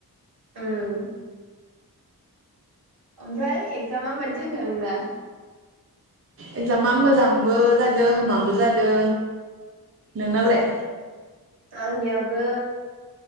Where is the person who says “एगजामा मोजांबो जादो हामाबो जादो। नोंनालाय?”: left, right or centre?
Right